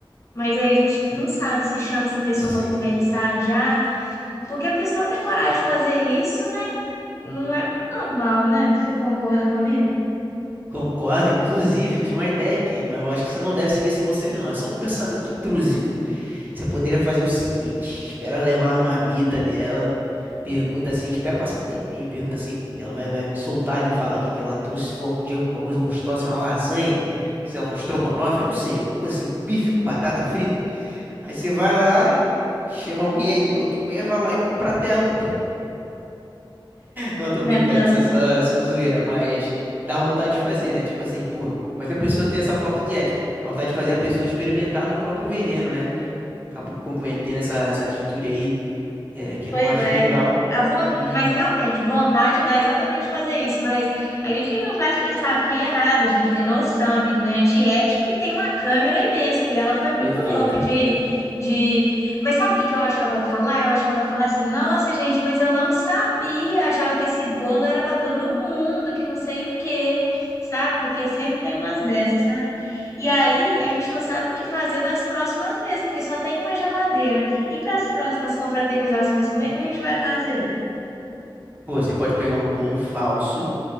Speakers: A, on the left; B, on the right.
A: Mas aí a gente não sabe se chama essa pessoa
B: Sim.
A: para conversar já, porque a pessoa tem coragem de fazer isso não é normal, né? Você não concorda comigo?
B: Concordo, inclusive, eu tive uma ideia aqui, mas eu acho que você não deve seguir esse conselho, não. É só um pensamento intrusivo. Você poderia fazer o seguinte: espera levar a marmita dela, pergunta assim, espera passar um tempinho, pergunta assim, que ela vai, vai soltar ali e falar o que que ela trouxe, se for um dia alguma coisa gostosa, se é uma lasanha, sei lá, um estrogonofe, eu não sei, alguma coisa assim, um bife com batata frita. Aí você vai lá, chama alguém aí, ou tu mesmo vai lá e compra a tela, pô. Não, tô
A: Não.
B: brincando, isso é só, é só zoeira, mas dá vontade de fazer, né? Tipo assim, pô, como é que a pessoa tem essa falta de ética? Dá vontade de fazer a pessoa experimentar do próprio veneno, né? Acabou cometendo essa, essa atitude aí, é, que
A: Pois
B: eu não acho
A: é.
B: legal.
A: A von-
B: E
A: Mas realmente, vontade dá exatamente fazer isso, mas a gente não faz porque sabe que é errado, a gente tem noção, a gente não é antiético e tem uma câmera imensa ali. Ela foi muito
B: perfeito.
A: louca de, de... Mas sabe o que que eu acho que ela vai falar? Eu acho que ela vai falar assim, nossa, gente, mas eu não sabia, achava que esse bolo era para todo mundo, que não sei o quê, sabe? Porque sempre tem umas dessas, sabe? E aí a gente não sabe o que fazer das próximas vezes, porque só tem uma geladeira. E para as próximas confraternizações, como é que a gente vai fazer?
B: Pô, você pode pegar um bolo falso